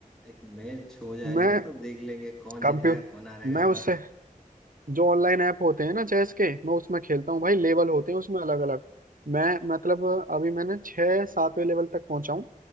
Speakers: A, in the centre; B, on the right.
A: एक मैच हो जाएगा
B: मैं
A: ना तब देख लेंगे कौन
B: कंप्यूटर
A: जीतेगा कौन हारेगा
B: मैं
A: हाँ
B: उससे
A: <laughs>
B: जो ऑनलाइन ऐप होते हैं ना चेस के मैं उसमें खेलता हूँ
A: हाँ
B: भाई लेवल होते हैं उसमें अलग अलग मैं मतलब अभी मैंने छः सातवें लेवल तक पहुंचा हूँ